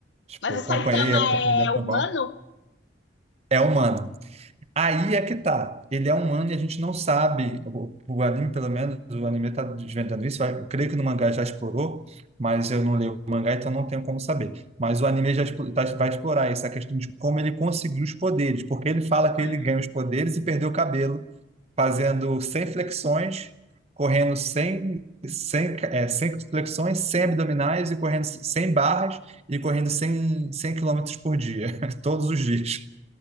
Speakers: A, on the right; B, on the left.
A: tipo,
B: Mas o
A: acompanhei
B: Saitama
A: a companhia
B: é
A: da Dragon
B: humano?
A: Ball. É humano. Aí é que tá. Ele é um ano e a gente não sabe. O, o anime, pelo menos, o anime está desvendando isso. Eu creio que no mangá já explorou, mas eu não leio o mangá, então não tenho como saber. Mas o anime já explo- tá- vai explorar essa questão de como ele conseguiu os poderes, porque ele fala que
B: Ah,
A: ele ganha os poderes e perdeu o cabelo, fazendo 100 flexões, correndo 100, 100, é, 100 flexões, 100 abdominais e correndo 100 barras e correndo 100, 100 quilômetros por dia, <laughs> todos os dias.